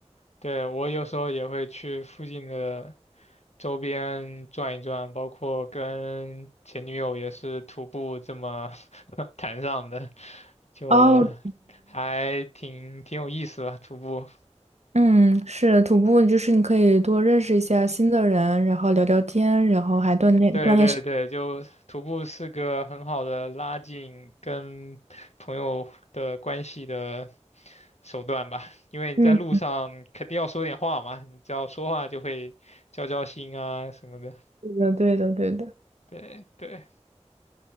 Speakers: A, on the left (about 70°); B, on the right (about 70°).
A: 对，我有时候也会去附近的周边转一转，包括跟前女友也是徒步这么 <laughs> 谈上的，就
B: 哦，
A: 还挺挺有意思吧，徒步。
B: 嗯，是徒步，就是你可以多认识一下新的人，然后聊聊天，然后还锻炼锻炼身。
A: 对对对，就徒步是个很好的拉近跟朋友的关系的手段吧，因为你在路上肯定要说点话嘛，
B: 嗯，
A: 你只要说话就会交交心啊什么的。
B: 对的，对的，对的。
A: 对对，